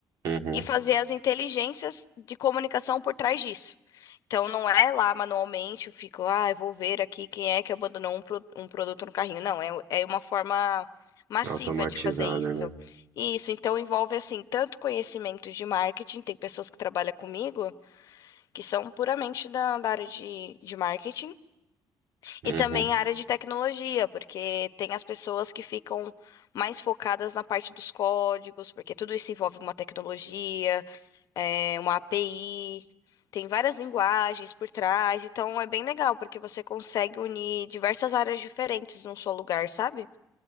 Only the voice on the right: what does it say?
Uhum,
automatizada,
né?
Uhum.